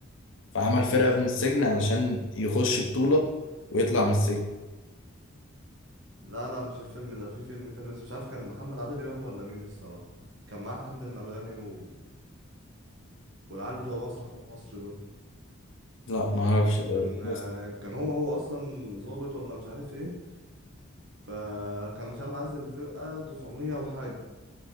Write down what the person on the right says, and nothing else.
لا لا مش الفيلم ده في فيلم تاني بس مش عارف كان محمد عادل امام ولا مين الصراحة كان معاه حمد المرغني و... والعيال بتوع مسرح مصر دول
كان
آه، كان هو هو اصلا ظابط ولا مش عارف ايه فكان مش عارف عايز الفرقه 900 وحاجه